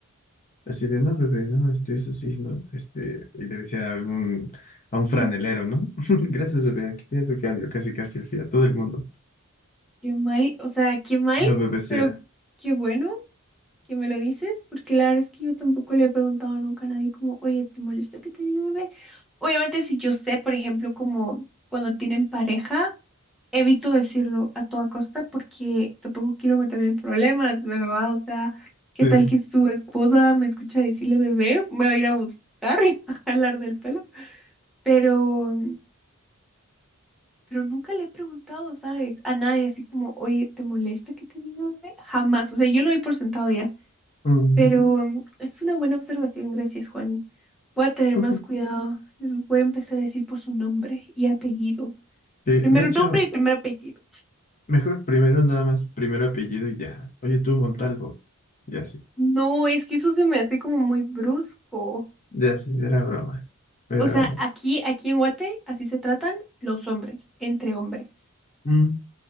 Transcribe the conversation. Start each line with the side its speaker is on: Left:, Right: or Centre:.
Left: Así de, no, bebé, no, este, eso sí, no, este, y le decía a algún, a un franelero,
Centre: Qué,
Left: ¿no? <laughs> Gracias, bebé, aquí tienes tu cambio, casi, casi así, a todo el mundo,
Centre: qué mal, o sea, qué mal,
Left: lo bebecea.
Centre: pero qué bueno. que me lo dices, porque la verdad es que yo tampoco le he preguntado nunca a nadie como, oye, ¿te molesta que te diga bebé? Obviamente si yo sé, por ejemplo, como cuando tienen pareja, evito decirlo a toda costa porque tampoco quiero meterme en problemas, ¿verdad? O sea, ¿qué
Left: Sí.
Centre: tal que su esposa me escucha decirle bebé? Me va a ir a buscar <laughs> y me va a jalar del pelo. Pero, pero nunca le he preguntado, ¿sabes? A nadie así como, oye, ¿te molesta que te diga bebé? Jamás. O sea, yo lo doy por sentado ya.
Left: Mm.
Centre: Pero mm, es una buena observación, gracias, Juani. Voy a tener
Left: <laughs>
Centre: más cuidado. Les voy a empezar a decir por su nombre y apellido.
Left: Sí,
Centre: Primero
Left: de hecho,
Centre: nombre y primer apellido.
Left: Mejor primero nada más, primero apellido y ya. Oye, tú, Montalvo. Ya sí,
Centre: No, es que eso se me hace como muy brusco.
Left: ya sí, era broma. Pero,
Centre: O sea, aquí, aquí en Guate, así se tratan los hombres, entre hombres.
Left: mm,